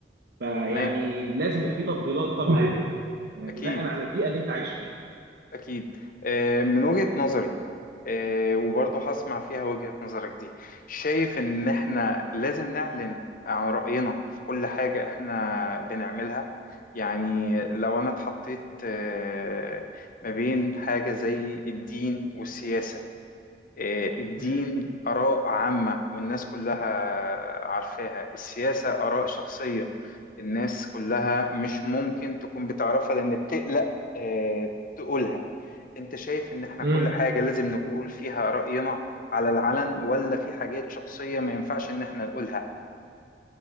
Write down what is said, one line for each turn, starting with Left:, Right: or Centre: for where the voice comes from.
Right: فيعني
Left: تمام
Right: لازم يبقى في تفضيلات طبعا بناء
Left: اكيد
Right: على البيئه اللي انت عايش فيها
Left: أكيد آه، من وجهة نظري آه، وبرضه هسمع فيها وجهة نظرك دي شايف إن إحنا لازم نعلن عن رأينا في كل حاجة إحنا بنعملها يعني لو أنا اتحطيت آه، ما بين حاجة زي الدين والسياسة آه، الدين
Right: امم
Left: آراء عامة والناس كلها عارفاها السياسة آراء شخصية الناس كلها مش ممكن تكون بتعرفها لأن بتقلق آه، تقولها أنت شايف إن إحنا
Right: امم
Left: كل حاجة لازم نقول فيها رأينا على العلن ولا في حاجات شخصية ما ينفعش إن إحنا نقولها